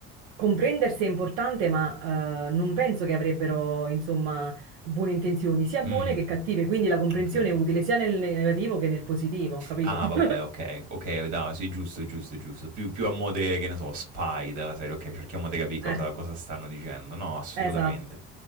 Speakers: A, on the right; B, on the right.
A: comprendersi è importante, ma eh, non penso che avrebbero, insomma, buone intenzioni, sia
B: Mh,
A: buone che cattive, quindi la comprensione
B: okay.
A: è utile sia nel negativo che nel positivo, capito?
B: Ah,
A: <laughs>
B: vabbè, ok, ok, no, sì, giusto, giusto, giusto. Più, più a mo' de, che ne so, spy della serie, ok, cerchiamo di capire cosa,
A: Eh,
B: cosa stanno dicendo. No, assolutamente.
A: esatto.